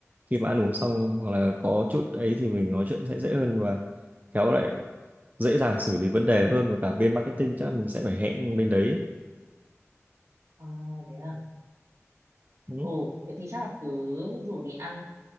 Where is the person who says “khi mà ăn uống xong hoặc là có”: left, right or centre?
Right